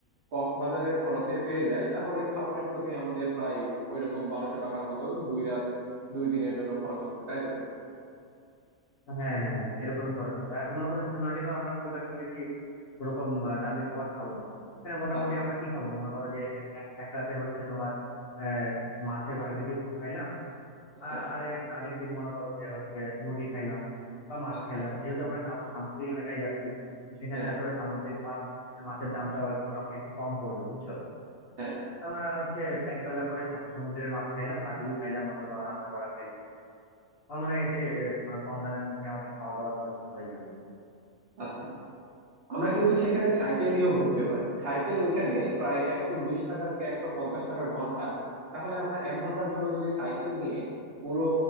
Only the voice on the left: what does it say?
হ্যাঁ হ্যাঁ হ্যাঁ এরকমই করা হচ্ছে আর মনে করি সেন্ট মার্টিনও আমরা খুব একটা বেশি ওরকম আহ, দামি খাবার খাবো না ওখানে মোটামুটি
আমরা কি খাবো মনে করো যে এক এক- এক রাতে হচ্ছে তোমার আহ, মাছের বারবিকিউ খাইলাম
আর আরেক আরেকদিন মনে করো যে হচ্ছে মুরগি খাইলাম বা মাছ
খাইলাম যেহেতু আমরা সাম- সামুদ্রিক এলাকায় যাচ্ছি তো সেখানে
আসলে সামুদ্রিক মাছ মাছের দামটা মোটামুটি একটু কম পড়বে বুঝছো
তো আমরা হচ্ছে এক বেলা করে সা- সমুদ্রের মাছ খাইলাম বারবিকিউ খাইলাম অথবা রান্না করা খাইলাম আমার মনে হয়
এতে আহ, মানে কম দামের মধ্যে আমাদের খাওয়া দাওয়ার খরচটা হয়ে যাবে